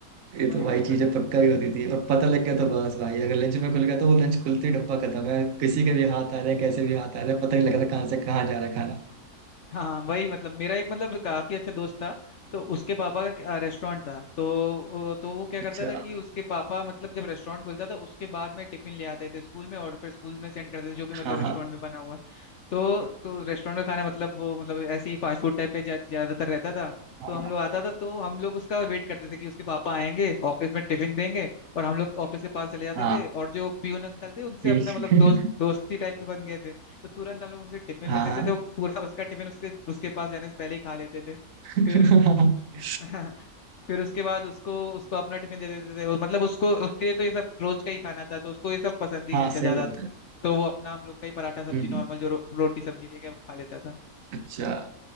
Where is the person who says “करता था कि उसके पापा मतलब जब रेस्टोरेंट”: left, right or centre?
Left